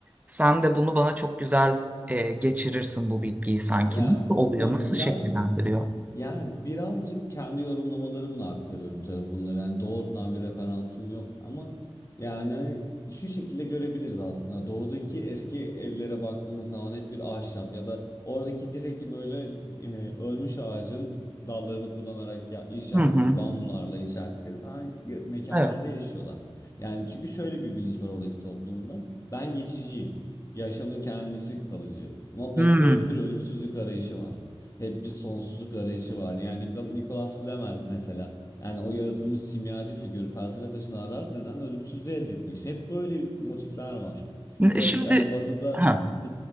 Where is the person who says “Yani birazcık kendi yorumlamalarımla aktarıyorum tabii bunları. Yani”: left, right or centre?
Left